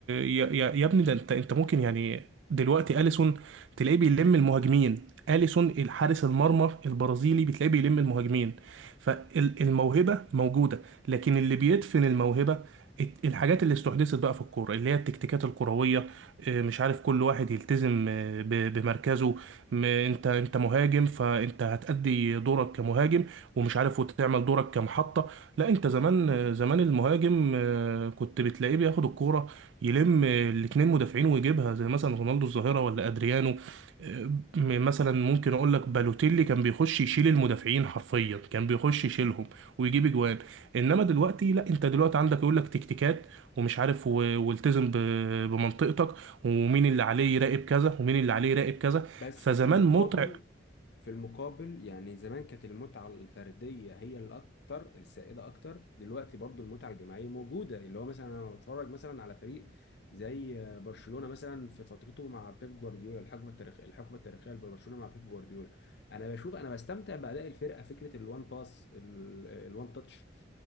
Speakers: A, on the right (about 80°); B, on the left (about 65°).
A: يا يا- يا ابني ده انت انت ممكن يعني دلوقتي اليسون تلاقيه بيلم المهاجمين اليسون الحارس المرمى البرازيلي بتلاقيه بيلم المهاجمين فالموهبة موجودة لكن اللي بيدفن الموهبة الت- الحاجات اللي استحدثت بقى في الكورة اللي هي التكتيكات الكروية آه، مش عارف كل واحد يلتزم آه، ب- بمركزه م- انت انت مهاجم فانت هتأدي دورك كمهاجم ومش عارف وتعمل دورك كمحطة لا انت زمان آه، زمان المهاجم آه، كنت بتلاقيه بياخد الكورة يلم الاتنين مدافعين ويجيبها زي مثلا رونالدو الظاهرة ولا ادريانو آه، م- مثلا ممكن اقول لك بالوتيلي كان بيخش يشيل المدافعين حرفيا كان بيخش يشيلهم ويجيب اجوان انما دلوقتي لا انت دلوقتي عندك يقول لك تكتيكات ومش عارف و- والتزم ب- بمنطقتك ومين اللي عليه يراقب كذا ومين اللي عليه يراقب كذا
B: بس
A: فزمان
B: في المقابل
A: متع
B: في المقابل يعني زمان كانت المتعة الفردية هي الأكتر السائدة أكتر دلوقتي برضو المتعة الجماعية موجودة اللي هو مثلا أنا بتفرج مثلا على فريق زي برشلونة مثلا في فترته مع بيب جوارديولا الحقبة التاريخية الحقبة التاريخية لبرشلونة مع بيب جوارديولا أنا بشوف أنا بستمتع بأداء الفرقة فكرة الوان باس الوان تاتش